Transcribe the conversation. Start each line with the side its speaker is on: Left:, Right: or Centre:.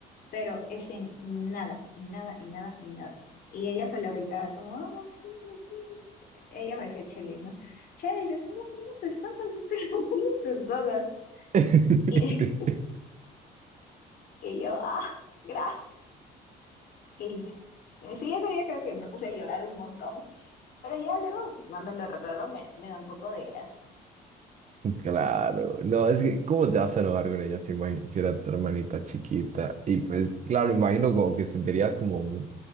Left: Pero es en nada, en nada, en nada, en nada. Y ella solo gritaba como, oh, sí, sí, ella me decía Chelis, ¿no? Chelis, estoy lavando tus cosas, estoy <laughs> lavando tus cosas.
Right: <laughs>
Left: Y, y yo, ah, gracias. Y ya. Eh, Sí, ese día creo que me puse a llorar un montón, pero ya luego, cuando lo recuerdo, me, me da un poco de gracia.
Right: Claro, no, es que, ¿cómo te vas a enojar con ella si, imagi- si era tu hermanita chiquita? Y pues, claro, imagino como que sentirías como, mu-